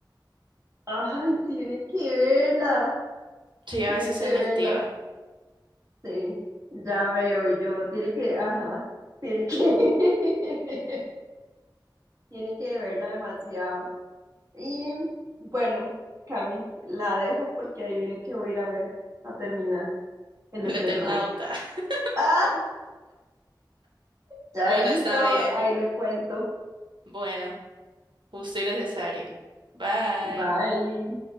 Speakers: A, on the right (about 45°); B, on the right (about 85°).
A: Ay, tiene que verla,
B: soy a
A: tiene
B: veces
A: que
B: selectiva.
A: verla. Sí, ya veo yo, tiene que, ajá, tiene que, <laughs> tiene que verla demasiado. Y bueno, Cami, la dejo porque ahí viene que voy a ir a ver, a terminar El
B: El
A: Eternauta.
B: Eternauta. <laughs>
A: <laughs> ¡Ah! Chaito,
B: Bueno, está bien.
A: ahí le cuento.
B: Bueno, justo y necesario. Bye.
A: Bye.